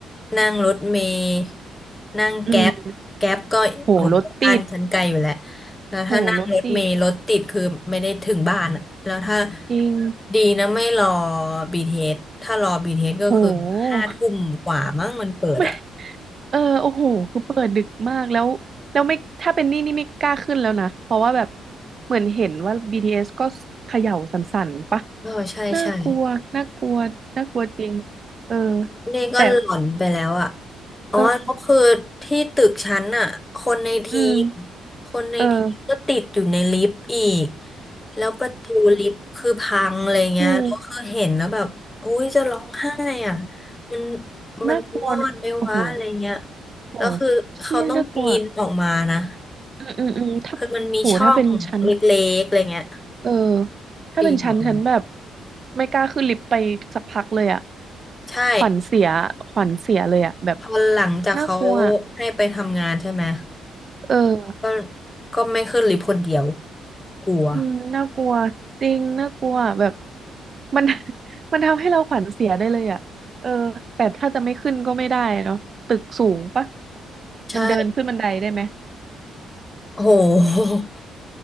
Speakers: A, on the left; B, on the right.
A: นั่งรถเมล์นั่งแก๊ปแก๊ปก็โอหบ้านฉันไกลอยู่แหละ
B: อืมโหรถติด
A: แล้วถ้านั่งรถเมล์รถติดคือไม่ได้ถึงบ้านอะแล้วถ้า
B: โหรถติดจริง
A: ดีนะไม่รอ BTS ถ้ารอ BTS ก็คือห้าทุ่มกว่ามั้งมันเปิดอ่ะ
B: โหไม่เออโอ้โหคือเปิดดึกมากแล้วแล้วไม่ถ้าเป็นนี่นี่ไม่กล้าขึ้นแล้วนะเพราะว่าแบบเหมือนเห็นว่าบีทีเอสก็เขย่าสั่นๆปะ
A: เออใช่ใช่
B: น่ากลัวน่ากลัวน่ากลัวจริงเออ
A: นี่ก็หล่อนไปแล้วอ่ะ
B: แต่
A: อ๋อแล้วคือที่ตึกชั้นอ่ะคนในทีม
B: เอออืม
A: คนในทีมก็ติดอยู่ในลิฟต์อีก
B: เออ
A: แล้วประตูลิฟต์คือพังอะไรเงี้ยแล้วคือเห็นแล้วแบบโอ้ยจะร้องไห้อ่ะ
B: อืม
A: มันมันจะรอดไหมวะอะไรเงี้ย
B: น่ากลัวนะโอ้โหโอ้โหเชี่ยน่ากลัว
A: แล้วคือเขาต้องปีนออกมานะ
B: อืมอืมอืมถ้าโหถ้าเป็นชั้น
A: คือมันมีช่องเล็กๆอะไรเงี้ย
B: เออถ้าเป็นชั้นชั้นแบบ
A: ปีนออกมา
B: ไม่กล้าขึ้นลิฟต์ไปสักพักเลยอะ
A: ใช่
B: ขวัญเสียขวัญเสียเลยอะแบบ
A: พอหลังจากเขา
B: น่ากลัว
A: ให้ไปทำงานใช่ไหม
B: เออ
A: ก็ก็ไม่ขึ้นลิฟต์คนเดียวกลัว
B: อืมน่ากลัวจริงน่ากลัวแบบมัน <laughs> มันทำให้เราขวัญเสียได้เลยอะเออแต่ถ้าจะไม่ขึ้นก็ไม่ได้เนาะตึกสูงปะ
A: ใช่
B: มันเดินขึ้นบันไดได้ไหม
A: โอ้โห